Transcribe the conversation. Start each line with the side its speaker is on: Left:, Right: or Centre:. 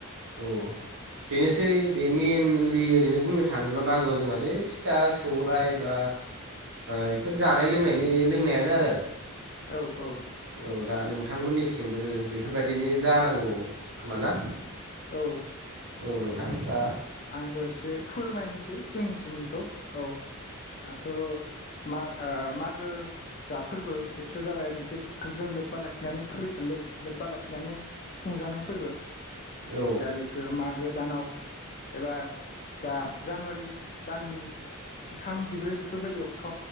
Right: औ बेनोसै बे मेइनलि ओरैनो बुंनो थाङोब्ला मागोआव जोंहा बे फिथा सौराय बा बेफोर जानाय लोंनायनि लोंनायानो आरो।
Left: औ औ।
Right: औ दा नोंथांमोननिथिंबो बेफोरबायदिनो जानांगौ खोमा ना?
Left: औ
Right: औ नोंथां
Left: आं
Right: दा
Left: आंबो एसे फोरमायनोसै जोंनिथिंनिखौ औ दाथ' मा ओ मागो जा फोर्बो बेथ' जाबाय मोनसे बोथोरजों लोब्बा लाखिनानै फोर <unintelligible> लो-लोब्बा लाखिनानै खुंजानाय फोर्बो।
Right: औ
Left: दा बेखो मागो दानाव एबा जा जानुवारि दाननि जिथाम जिब्रै बेफोरबायदि अक्ट'